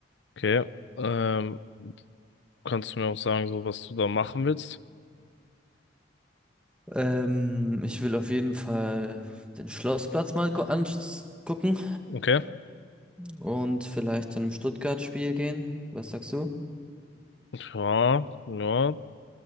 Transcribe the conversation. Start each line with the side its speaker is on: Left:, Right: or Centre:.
Left: Okay. Ähm, kannst du mir auch sagen, so was du da machen willst?
Centre: Ähm, ich will auf jeden Fall den Schlossplatz mal angucken.
Left: Okay.
Centre: und vielleicht zu einem Stuttgart-Spiel gehen. Was sagst du?
Left: Ja, ja.